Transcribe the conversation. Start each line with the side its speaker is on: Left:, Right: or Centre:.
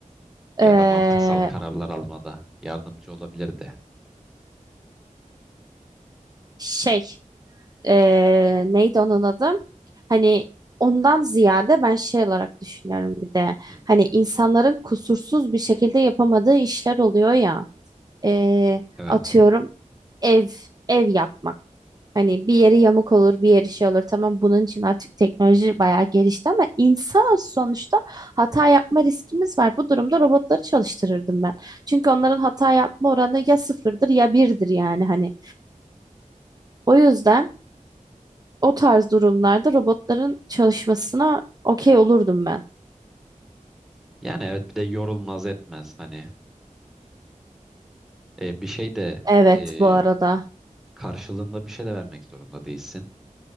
Centre: Ya
Right: Eee,
Centre: da mantıksal kararlar almada yardımcı olabilirdi.
Right: şey. e, neydi onun adı? Hani ondan ziyade ben şey olarak düşünüyorum bir de.
Centre: Hı.
Right: Hani insanların kusursuz bir şekilde yapamadığı işler oluyor ya. E,
Centre: Evet.
Right: atıyorum ev ev yapmak. Hani bir yeri yamuk olur, bir yeri şey olur. Tamam bunun için artık teknoloji
Centre: Hı hı.
Right: bayağı gelişti ama insanız sonuçta hata yapma riskimiz var. Bu durumda robotları çalıştırırdım ben. Çünkü onların hata yapma oranı ya sıfırdır ya birdir yani hani. O yüzden O tarz durumlarda robotların çalışmasına okey olurdum ben.
Centre: Yani evet bir de yorulmaz etmez hani e, bir şey de
Right: Evet
Centre: e,
Right: bu arada.
Centre: karşılığında bir şey de vermek zorunda değilsin.